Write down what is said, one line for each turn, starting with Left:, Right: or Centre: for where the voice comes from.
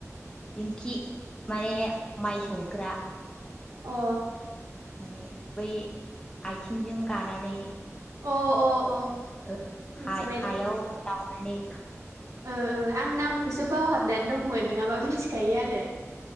Left: दिंखि माने माइ सौग्रा।
Right: अ।
Left: माने बै आथिंजों गानानै
Right: अ अ अ।
Left: ओ
Right: मिथिबाय
Left: हा-हायाव
Right: दे
Left: द माने
Right: ओ ओ आं नामखौसो बावहाब होननानै दंमोन नङाबा मिथिखायो आरो।